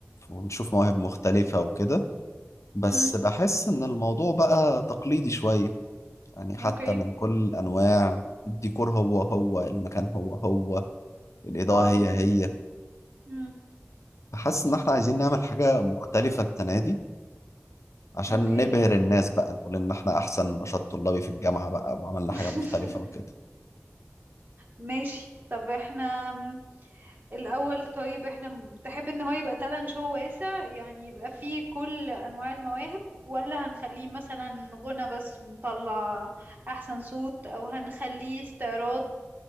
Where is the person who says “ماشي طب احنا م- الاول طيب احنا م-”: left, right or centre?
Right